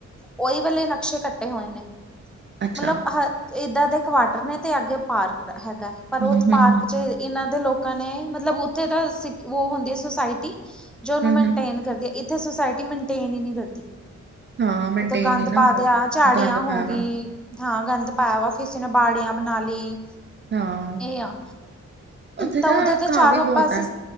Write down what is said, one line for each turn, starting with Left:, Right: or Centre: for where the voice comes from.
Centre: ਓਹੀ ਵੇਲੇ ਨਕਸ਼ੇ ਕੱਟੇ ਹੋਏ ਨੇ
Right: ਅੱਛਾ
Centre: ਮਤਲਬ ਹਰ। ਏਦਾਂ ਦੇ ਕੁਆਟਰ ਨੇ ਤੇ ਅੱਗੇ ਪਾਰਕ ਹੈਗਾ ਪਰ ਉਹ
Right: ਹਮ
Centre: ਪਾਰਕ
Right: ਹਮ
Centre: ਚ। ਇਹਨਾਂ ਦੇ ਲੋਕਾਂ ਨੇ ਮਤਲਬ ਉੱਥੇ ਤਾਂ ਸਿੱਖ ਉਹ ਹੁੰਦੀ ਹੈ ਸੁਸਾਇਟੀ। ਜੋ ਉਹਨੂੰ
Right: ਹਮ
Centre: ਮੈਨਟੇਨ
Right: ਹਮ
Centre: ਕਰਦੀ ਹੈ ਇੱਥੇ ਸੁਸਾਇਟੀ ਮੈਨਟੇਨ ਹੀ ਨਹੀਂ ਕਰਦੀ।
Right: ਹਾਂ ਮੇਨਟੇਨ
Centre: ਉੱਥੇ ਗੰਦ
Right: ਨੀ ਨਾ
Centre: ਪਾ
Right: ਹੋਇਆ
Centre: ਦਿਆ ਝਾੜੀਆਂ
Right: ਗੰਦ
Centre: ਹੋ
Right: ਪਾਇਆ
Centre: ਗਈ
Right: ਵਾ
Centre: ਥਾਂ। ਗੰਦ ਪਾਇਆ ਵਾ ਕਿਸੇ ਨੇ ਬਾੜਿਆਂ ਬਣਾ ਲਈ।
Right: ਹਾਂ
Centre: ਇਹ ਆ
Right: ਉੱਥੇ
Centre: ਤਾਂ ਉਦੇ ਤੇ
Right: ਘਾਹ
Centre: ਚਾਰੋ
Right: ਵੀ ਬਹੁਤ
Centre: ਪਾਸੇ।
Right: ਹੈ